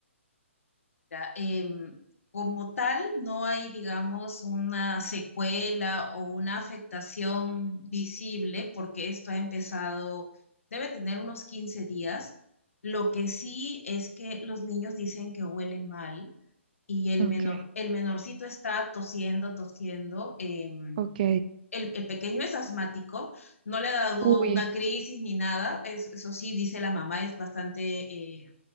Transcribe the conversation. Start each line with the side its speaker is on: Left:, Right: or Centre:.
Left: Ya, em, como tal, no hay, digamos, una secuela o una afectación visible porque esto ha empezado, debe tener unos 15 días. Lo que sí es que los niños dicen que huele mal y el
Right: Ok,
Left: menor, el menorcito está tosiendo, tosiendo. em,
Right: ok.
Left: el, el pequeño es asmático, no le ha dado
Right: Uy,
Left: una crisis ni nada. es- eso sí, dice la mamá, es bastante eh,